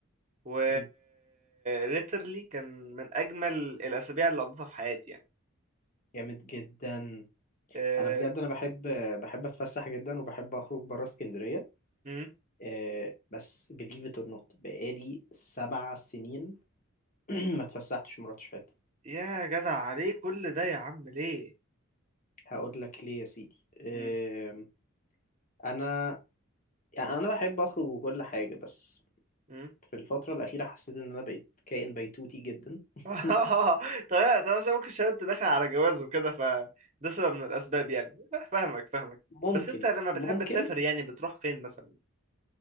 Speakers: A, on the right (about 35°); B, on the left (about 40°).
A: و
B: مم.
A: literally كان من اجمل الاسابيع اللي قضيتها في حياتي يعني
B: جامد جدا
A: أه...
B: انا بجد انا بحب بحب اتفسح جدا وبحب اخرج بره اسكندرية
A: مم.
B: آه، بس believe it or not بقالي سبع سنين <clears throat> ما اتفسحتش مرة شفات
A: يا جدع عليه كل ده يا عم ليه
B: هقول لك ليه يا سيدي آم،
A: مم.
B: انا يعني انا بحب اخرج وكل حاجه بس
A: مم.
B: في الفتره الاخيره حسيت ان انا بقيت كائن بيتوتي جدا <laughs>
A: <laughs> طيب طيب عشان ممكن عشان انت داخل على جواز وكده فده سبب من الاسباب يعني لا، فاهمك فاهمك
B: ممكن
A: بس انت لما بتحب
B: ممكن
A: تسافر يعني بتروح فين مثلا